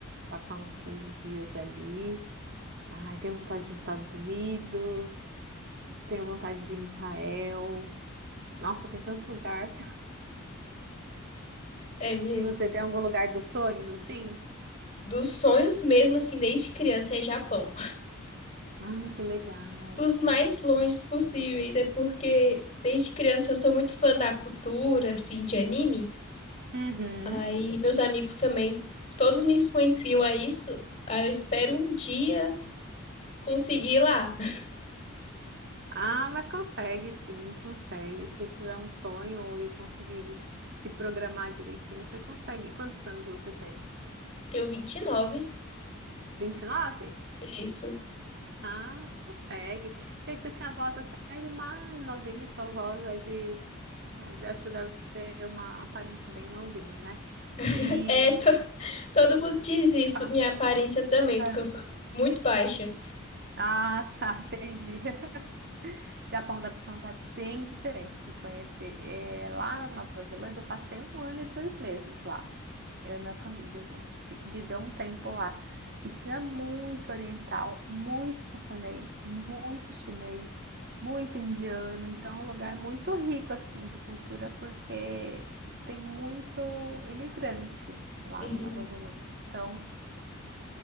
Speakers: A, on the right; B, on the left.
A: Passar uns 15 dias ali. Ai, tenho vontade de ir nos Estados Unidos. Tenho vontade de ir em Israel. Nossa, tem tanto lugar. <laughs>
B: É mesmo.
A: E você tem algum lugar dos sonhos assim?
B: Dos sonhos mesmo, assim, desde criança é Japão.
A: Ah, que legal.
B: Dos mais longes possíveis, é porque desde criança eu sou muito fã da cultura, assim, de anime.
A: Uhum.
B: Aí meus amigos também, todos me influenciam a isso. Aí eu espero um dia conseguir ir lá. <laughs>
A: Ah, mas consegue sim, consegue. Se tiver um sonho e conseguir se programar direitinho, você consegue. Quantos anos você tem?
B: Tenho 29,
A: 29?
B: é isso.
A: Ah, consegue. Achei que você tinha voz até de mais novinha, sua voz é de É, dessa deve ter uma aparência bem novinha, né?
B: <laughs>
A: E.
B: É, to- todo mundo diz isso.
A: pá,
B: Minha aparência também, porque
A: é.
B: eu sou
A: <laughs>
B: muito baixa.
A: Ah, tá, entendi. <laughs> Japão deve ser um lugar bem diferente de conhecer. É, lá na Nova Zelândia, eu passei um ano e dois meses lá. Eu e minha família, a gente fi- viveu um tempo lá. E tinha muito oriental, muito japonês, muito chinês, muito indiano. Então, é um lugar muito rico, assim, de cultura, porque tem muito imigrante lá
B: Uhum.
A: na Nova Zelândia. Então,